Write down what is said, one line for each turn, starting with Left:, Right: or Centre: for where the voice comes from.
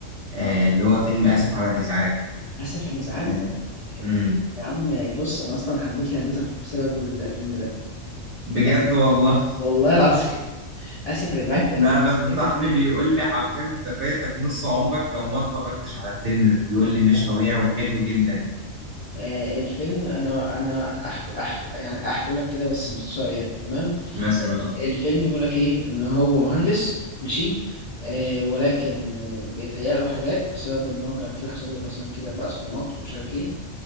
Right: آه
Left: اه
Right: اللي هو فيلم اسف على الازعاج
Left: آسف على الإزعاج
Right: آه
Left: إيه،
Right: مم.
Left: يا عم بص أنا أصلا حبيت الهندسة بسبب الفيلم ده
Right: بجد
Left: آسف.
Right: والله
Left: والله العظيم <laughs> آسف على الإزعاج ده
Right: لا
Left: فيلم
Right: بس
Left: جامد
Right: صاحبي بيقول لي حرفيا انت فاتك نص عمرك لو ما اتفرجتش على الفيلم ده بيقول
Left: جدا
Right: لي مش طبيعي وحلو جدا
Left: آه، الفيلم انا انا أحك... أحك... يعني احكي لك كده بس باختصار يعني تمام
Right: مثلا اه
Left: الفيلم بيقول لك ايه ان هو مهندس ماشي آه ولكن آه، بيتهيأ له حاجات بسبب ان هو كان في حصل له مثلا كده بقى صدمات ومش عارف ايه